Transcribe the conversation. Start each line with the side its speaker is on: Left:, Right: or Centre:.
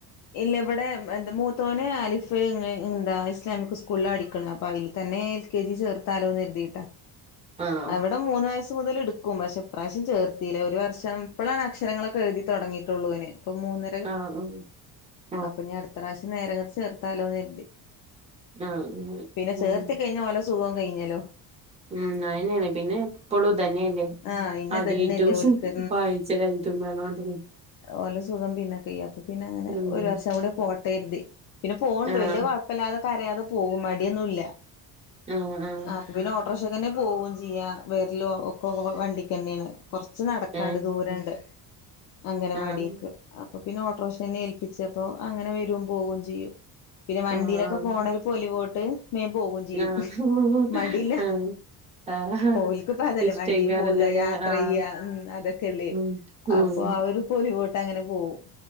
Left: ഇല്ല ഇവിടെ എന്താ മൂത്തോനെ അലിഫ് എന്താ ഇസ്ലാമിക് സ്കൂളിൽ പാടിക്കണ പല തന്നെ എൽ കെ ജി ചേർത്താലോന്ന് കരുതിട്ടാ
Right: ആഹ്
Left: അവിടെ ഇവിടെ മൂന്ന് വയസ്സ മുതൽ എടുക്കും പക്ഷെ ഇപ്രാവശ്യം ചേർത്തില്ല ഒരു വർഷം ഇപ്പോഴാണ് അക്ഷരങ്ങളൊക്കെ എഴുതി തുടങ്ങയിട്ടുള്ളുന് ഇപ്പ മൂന്ന
Right: ആഹ് ആഹ
Left: അപ്പൊ ഞാൻ അടുത്ത പ്രാവശ്യം നേരങ്ങട്ടെ ചേർത്താലോന്ന് കരുതി
Right: ആഹ ഉ
Left: പിന്നെ
Right: ഉം
Left: ചേർത്തി കഴിഞ്ഞ ഓലെ സുഖം കഴിഞ്ഞല്ലോ
Right: ഉം അയിനെയാണ് പിന്നെ എപ്പളും തന്നെയല്ലേ
Left: ആഹ് പിന്നെ
Right: അതെറ്റവും
Left: ഇതന്നെല്ലേ ഓൽക്ക്
Right: വായിച്ചലായിട്ടുന്ന്പറഞ്ഞണ്ട്
Left: ഓല സുഖം പിന്നെക്കെയ ചെയ്യ അപ്പൊ പിന്നെ അങ്ങനെ
Right: ഉം
Left: ഒരു വർഷം കൂടെ പോട്ട കരുതി പിന്നെ പോകണ്ട്
Right: ആഹ്
Left: വലിയ കോയ അപ്പല്ലാതെ കരയാതെ പോകും മടിന്നുല്ല്യ
Right: ആഹ് ആഹ്
Left: ആ പിന്നെ ഓട്ടോറീക്ഷ തന്നെ പോവയും ചെയ്യാ വേറെ വണ്ടിക്ക് തന്നെയാണ് കുറച്ച് നടക്കാണ്ട്
Right: ഏഹ്
Left: ദൂരുണ്ട് അംഗനവാടിക്ക്
Right: ആഹ്
Left: അപ്പൊ പിന്നെ ഓട്ടോറിക്ഷ തന്നെ പ്പിച്ചപ്പോ അങ്ങനെ വര പോവയും ചെയ്യും പിന്നെ വണ്ടിയിലൊക്കെ
Right: ആഹ്
Left: പോണ ഒരു പൊലി പോട്ട് വേഗം പോകും ചെയ്യും
Right: ആഹ്
Left: മടില്ല
Right: ആഹ് ആഹ്
Left: ഓലക്ക് പ അതല്ലേ
Right: ഇഷ്ടായിക്കാരല്ലല്ലേ
Left: വണ്ടിൽ പോവ യാത്ര
Right: ആഹ്
Left: ചെയ്യ അതോക്കെല്ലേ
Right: ഉം ഉം
Left: അപ്പൊ അ പൊലി വോട്ട് അങ്ങനെ പോകവും